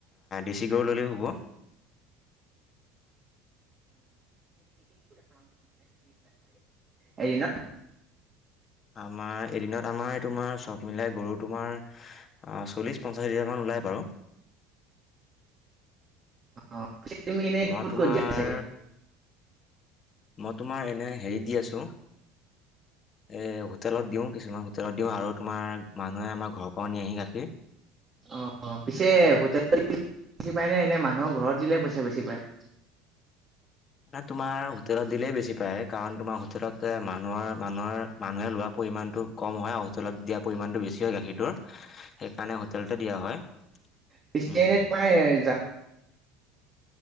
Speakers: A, on the left (about 35°); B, on the right (about 35°).
A: ডেশি গৰু ল'লেও হ'ব
B: <inaudible> এদিনত
A: আমাৰ এদিনত আমাৰ তোমাৰ চব মিলাই গৰু তোমাৰ চল্লিশ পঞ্চাশ হিজাৰ মান ওলাই বাৰু
B: আহ তুমি এনেই
A: মই
B: কত
A: তোমাৰ
B: কৰি দিয়া চাগে
A: মই তোমাৰ এনে হেৰি দি আছো
B: <inaudible>
A: এই হোটেলত দিওঁ কিছুমান হোটেলত দিওঁ আৰু তোমাৰ মানুহে আমাৰ ঘৰৰ পৰাও নি আহি গাখীৰ
B: অ পিছে হোটেল বেছি পায়নে এনে মানুহৰ ঘৰত দিলে পইচা বেছি পায়
A: ন তোমাৰ হোটেলত দিলেই বেছি পায় কাৰণ তোমাৰ হোটেলত মানুহৰ মানুহৰ মানুহে লোৱা পৰিমাণ হটো কম হয় আৰু হোটেলত দিয়া পৰিমাণটো বেছি হয় গাখীৰটোৰ, সেইকাৰণে হোটেলতে দিয়া হয়।
B: পি
A: উম
B: এনে
A: উম
B: তোমাই য